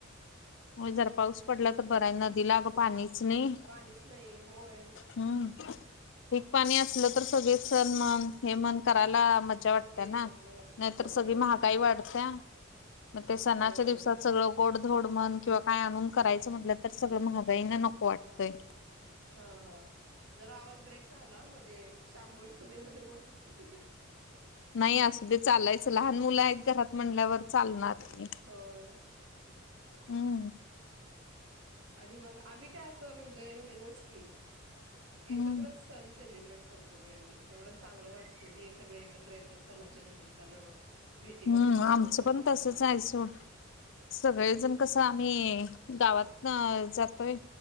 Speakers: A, on the left; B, on the right.
A: हो जर पाऊस पडला तर बरा आहे नदीला अगं पाणीच नाही
B: पाणीच नाही होय
A: हम्म पीक पाणी असलं तर सगळे सण मन हे मन करायला मज्जा वाटते
B: येतेत
A: ना
B: ग
A: नाहीतर
B: होय
A: सगळी महागाई वाढत्या मग ते सणाच्या
B: होय
A: दिवसात सगळं गोडधोड म्हण किंवा काय आणून करायचं म्हटलं तर सगळं महागाईन नक को वाटतंय.
B: हा हा जरा आवाज ब्रेक झाला मध्ये शांभोई मध्ये मध्ये बोलत होती.
A: नाही असु दे चालायचं लहान मुलं आहेत घरात म्हणल्यावर चालणार की.
B: होय
A: हम्म.
B: आणि मग आम्ही काय असं म्हणजे हेच की एकत्रच
A: हम्म
B: सण सेलिब्रेट करतो बाई आम्ही तेवढं चांगलं वाटते नाही सगळे एकत्र येतात सणाच्या निमित्तानं. भेटीगाठी
A: हम्म
B: होतात
A: आमचं
B: सगळ्यांच्या
A: पण तसच आहेयचं व्हय. सगळेजण कस आम्ही गावातन जातोय